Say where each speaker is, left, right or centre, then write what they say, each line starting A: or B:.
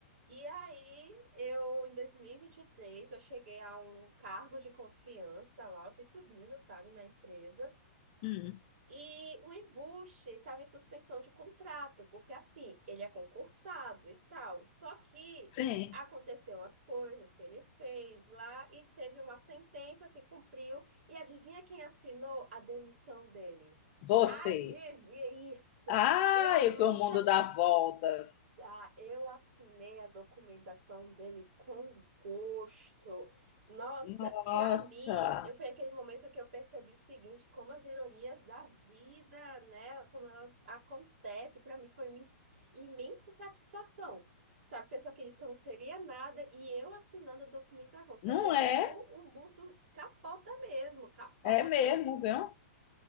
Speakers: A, on the right; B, on the left.
A: E aí, eu, em dois mil e e vinte e três eu cheguei a um cargo de confiança lá, eu fui subindo, sabe, na empresa.
B: Hum,
A: E o embuste estava em suspensão de contrato, porque assim, ele é concursado e tal. Só que
B: sim,
A: aconteceu umas coisas que ele fez lá e teve uma sentença, se cumpriu. E adivinha quem assinou a demissão dele?
B: você.
A: Adivinha isso?
B: Ah,
A: Eu nunca
B: eu que o mundo dá voltas.
A: ah, eu assinei a documentação dele com gosto. Nossa,
B: Nossa,
A: para mim, eu foi aquele momento que eu percebi o seguinte, como as ironias da vida, né, como elas acontecem, para mim foi uma imensa satisfação. Sabe, pessoa que disse que eu não seria nada e eu assinando a documentação. Você
B: não
A: vê como
B: é?
A: o mundo capota mesmo, capota.
B: É mesmo, viu?